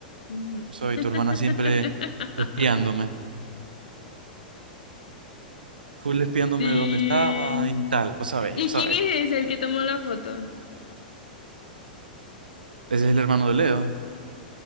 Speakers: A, on the left; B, on the right.
A: Ujú.
B: ¿Sabes?
A: <laughs>
B: Y tu hermana siempre espiándome. Full espiándome
A: Sí.
B: de dónde estaba y tal. Vos sabés,
A: ¿Y
B: yo sabés.
A: quién es ese el que tomó la foto?
B: Ese es el hermano de Leo.